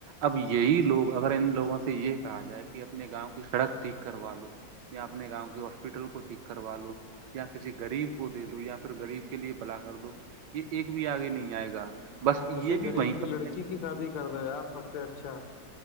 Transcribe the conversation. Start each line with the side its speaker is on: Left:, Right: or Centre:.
Right: اب یہی لوگ اگر ان لوگوں سے یہ کہا جائے کہ اپنے گاؤں کی سڑک ٹھیک کروا لو یا اپنے گاؤں ہاسپٹل کو ٹھیک کروا لو یا کسی غریب کو دے دو یا پھر غریب کے لیے بلا کر دو یہ ایک بھی آگے نہیں آئے گا بس
Left: کسی
Right: یہ بھی
Left: غریب
Right: وہیں
Left: کی
Right: پر
Left: لڑکی کی شادی کر رہے سب سے اچھا